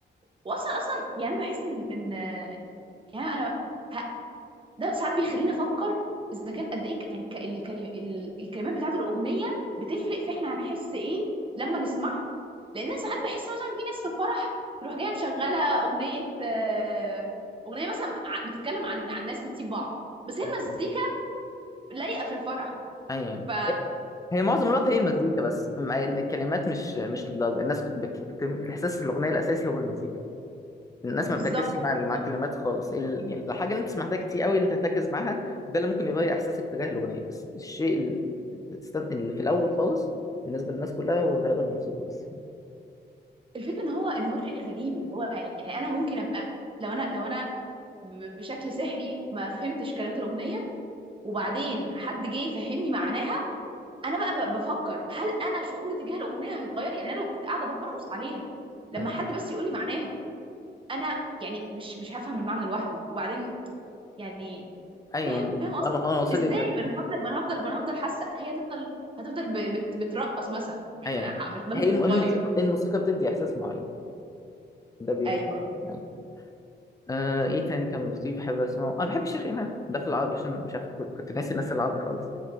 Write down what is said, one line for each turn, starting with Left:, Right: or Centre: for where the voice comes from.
Right: واصلا اصلا يعني انا بحس من من آه، يعني انا ه... ده ساعات بيخليني افكر اذا كان قد ايه ك- يعني الك- الكلم... ال- الكلمات بتاعت الاغنيه بتفرق في احنا هنحس ايه لما نسمعها لان انا ساعات بحس مثلا في ناس في فرح تروح جايه مشغله اغنيه آه، اغنيه مثلا ع- بتتكلم عن عن ناس بتسيب بعض بس هي
Left: ايوه
Right: المزيكا لايقه في الفرح
Left: ايوه
Right: ف
Left: هي معظم الوقت هي المزيكا بس م- الكلمات مش مش للدرجه الناس بت... بت... الاحساس الاغنيه الاساسي هو المزيكا الناس
Right: بالظبط
Left: ما بتركزش مع
Right: بالظبط
Left: مع الكلمات خالص ال... يعني الحاجه اللي انت سمعتها كتير قوي اللي انت تركز معاها ده اللي ممكن يغير احساسك تجاه الاغنيه بس الشيء ال- الستان- اللي في الاول خالص بالنسبه للناس كلها هو غالبا الموسيقى بس
Right: الفكره ان هو ان هو شيء غريب اللي هو يعني, يعني انا ممكن ابقى لو انا لو انا ب- بشكل سحري ما فهمتش كلمات الاغنيه وبعدين حد جه يفهمني معناها انا بقى ب- بفكر هل انا شعوري تجاه الاغنيه هيتغير يعني انا لو كنت قاعده برقص عليها لما
Left: يعني
Right: حد بس يقول لي معناها انا يعني مش مش هفهم المعنى لوحده وبعدين يعني
Left: ايوه
Right: فاهم
Left: انا
Right: فاهم قصدي
Left: انا واصل
Right: ازاي
Left: لي الفكره
Right: ما انا هفضل ما انا هفضل ما انا هفضل حاسه هي هتفضل هتفضل ب- بت- بترقص مثلا ه-
Left: ايوه أيوة.
Right: ده مش
Left: هي الم-
Right: هيتغير
Left: الموسيقى الموسيقى بتدي احساس معين ده بيبقى
Right: ايوه
Left: أيوة. آه ايه تاني كان لطيف بحب اسمعه انا بحب الشيخ امام ده في العربي عشان مش عارف كنت ناسي الناس العربي خالص